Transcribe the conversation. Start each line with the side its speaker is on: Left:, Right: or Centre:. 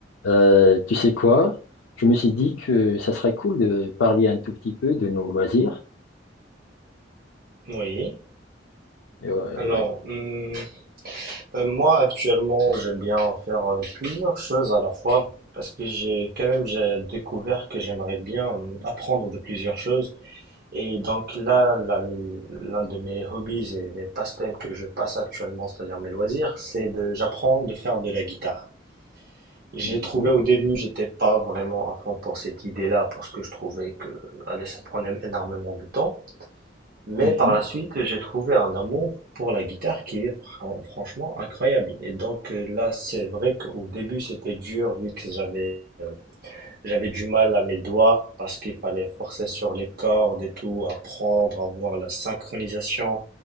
Left: Euh, tu sais quoi? Je me suis dit que ça serait cool de parler un tout petit peu de nos loisirs.
Right: Oui.
Left: Et ouais,
Right: Alors,
Left: ouais.
Right: hum, euh, moi actuellement, j'aime bien faire euh, plusieurs choses à la fois parce que j'ai quand même j'ai découvert que j'aimerais bien hum, apprendre de plusieurs choses. Et donc là, là, le- l'un de mes hobbies et mes passe-temps que je passe actuellement, c'est-à-dire mes loisirs, c'est de j'apprends de faire de la guitare. J'ai
Left: Mhm,
Right: trouvé au début, j'étais pas vraiment à fond pour cette idée-là parce que je trouvais que allez, ça prenait énormément de temps. Mais
Left: mhm.
Right: par la suite, j'ai trouvé un amour pour la guitare qui est fran- franchement incroyable. Et donc euh, là, c'est vrai qu'au début, c'était dur vu que j'avais euh, j'avais du mal à mes doigts parce qu'il fallait forcer sur les cordes et tout, apprendre à voir la synchronisation